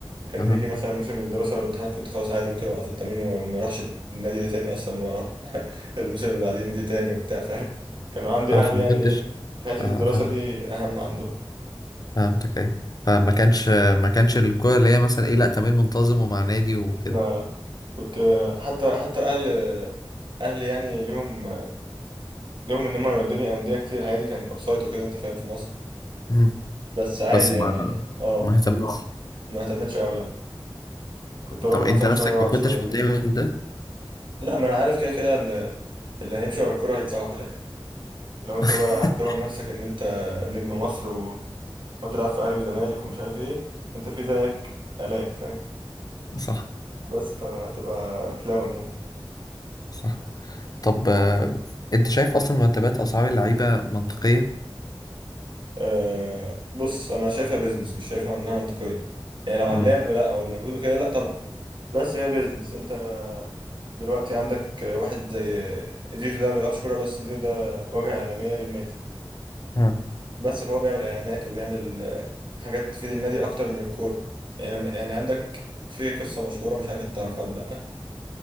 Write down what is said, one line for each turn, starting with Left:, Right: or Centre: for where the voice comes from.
Right: كان
Left: أها
Right: بيجي مثلا موسم الدراسه والامتحانات كنت خلاص عادي ممكن اوقف التمرين وما اروحش النادي ده تاني اصلا واروح <laughs> الموسم اللي بعدين دي تاني وبتاع فاهم كانوا عندي
Left: أه
Right: اهلي
Left: فما
Right: يعني
Left: كنتش
Right: ايه في حته
Left: أه
Right: الدراسه
Left: فاهم
Right: دي اهم عندهم
Left: فهمتك أي فما كانش آه، ما كانش الكورة اللي هي مثلا إيه لأ تمرين منتظم ومع نادي وكده
Right: لا لا كنت حتى حتى اهل اهلي يعني ليهم ليهم ان هم يودوني انديه كتير عادي كان اوفسايد وكده انت فاهم في مصر
Left: مم.
Right: بس عادي
Left: بس
Right: يعني
Left: ما
Right: اه
Left: ما اهتمتش
Right: ما اهتمتش قوي لا كنت اروح
Left: طب أنت
Right: مثلا
Left: نفسك
Right: شويه واقعد
Left: ما كنتش
Right: شويه وكده
Left: متضايق من ده؟
Right: لا ما انا عارف كده كده ان اللي هيمشي ورا الكوره هيتسوح في الاخر لو انت
Left: <laughs>
Right: بقى قعدت توهم نفسك ان انت نجم مصر و... وتلعب في اهلي وزمالك ومش عارف ايه انت في زيك الاف فاهم
Left: صح
Right: بس فهتبقى كلاون يعني
Left: صح طب آه، أنت شايف أصلا مرتبات أسعار اللعيبة منطقية؟
Right: أه بص انا شايفها بيزنس مش شايفها انها منطقيه يعني لو على
Left: مم.
Right: اللعب لا او المجهود وكده لا طبعا بس هي بيزنس انت دلوقتي عندك واحد زي زيزو ده ما بيلعبش كوره بس زيزو ده واجهه اعلاميه للنادي
Left: مم.
Right: بس فهو بيعمل اعلانات وبيعمل آه، حاجات تفيد النادي اكتر من الكوره يعني يعني عندك في قصه مشهوره مش عارف انت تعرفها ولا لا